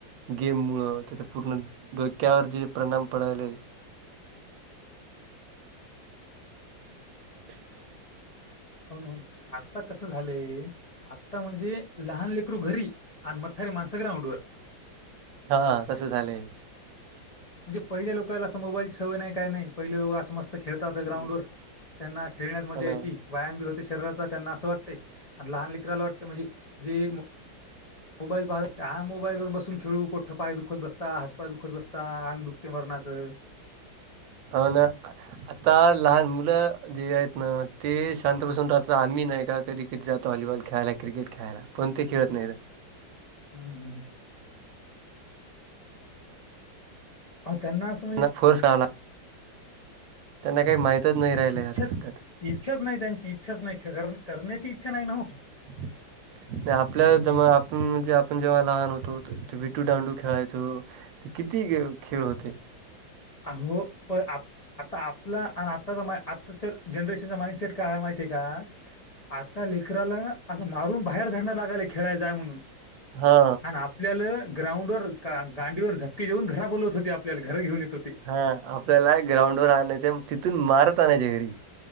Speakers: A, on the right; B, on the left.
A: गेममुळं त्याच पूर्ण डोक्यावर जे परिणाम पडायलय <inaudible>
B: होन होन आता कसं झालंय आत्ता म्हणजे लहान लेकरू घरी आणि मथारी माणसं ग्राउंड वर
A: हा तसं झालंय.
B: म्हणजे पहिल्या लोकालां मोबाईलची सवय नाही का नाही पहिले लोकं अस मस्त खेळतात
A: हम्म.
B: ग्राउंड वर त्यांना खेळण्यात मजा
A: हो
B: येती.
A: ना
B: व्यायाम बी होते शरीराचा त्यांना असं वाटतंय आणि लहान लेकराला वाटत म्हणजे जे मो मोबाईल पाह हा मोबाईल वर बसून खेळू कोठं पाय दुखत बसता हातपाय दुखत बसता अंग दुखते मरणाचं
A: ह ना आता लहान मुलं जे आहेत ना ते शांत बसून राहतात आम्ही नाही का कधी, कधी जातो वॉलीबॉल खेळायला क्रिकेट खेळायला पण ते खेळत नाही.
B: हम्म हम हो त्यांना आस
A: ना फोर्स आला त्यांना काही माहितच नाही राहिलय
B: इच्छाच
A: आता सध्यातरी
B: इच्छाच नाही त्यांची इच्छाच नाही, करण्याची इच्छा नाही न हो.
A: <inaudible> नाही आपल्याला जमा आपण म्हणजे आपण जेव्हा लहान होतो विटू डांडू खेळायचो. ते किती ग खेळ होते.
B: अहो पण आप आता आपला आणि आताचा मा आत्ताच्या जनरेशनचा माइंडसेट काय माहितीय आहे का? आता लेकराला असं मारून बाहेर झाडणं लागालय खेळायला जाय म्हणून
A: हा.
B: आणि आपल्याला ग्राउंडवर गांडीवर घ <unintelligible> देऊन घरा बोलत होते आपल्या घरी घेऊन येत होते.
A: हा आपल्याला ग्राउंडवर आणायच तिथून मारत आणायचे घरी.